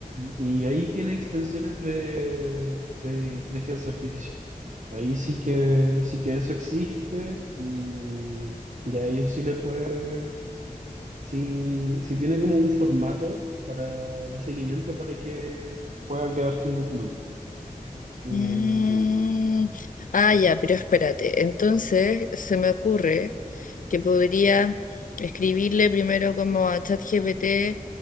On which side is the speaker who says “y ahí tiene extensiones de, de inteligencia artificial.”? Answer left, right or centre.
Right